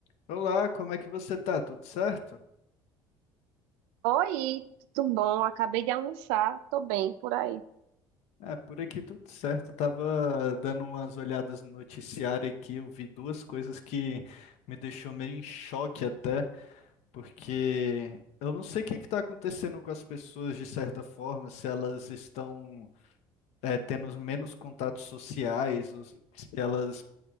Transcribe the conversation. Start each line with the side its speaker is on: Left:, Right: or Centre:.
Left: Olá, como é que você tá? Tudo certo?
Right: Oi, tudo bom? Acabei de almoçar, tô bem por aí.
Left: Ah, por aqui tudo certo. Eu tava dando umas olhadas no noticiário aqui, eu vi duas coisas que me deixou meio em choque até, porque eu não sei o que que tá acontecendo com as pessoas de certa forma, se elas estão é, tendo menos contatos sociais, ou se elas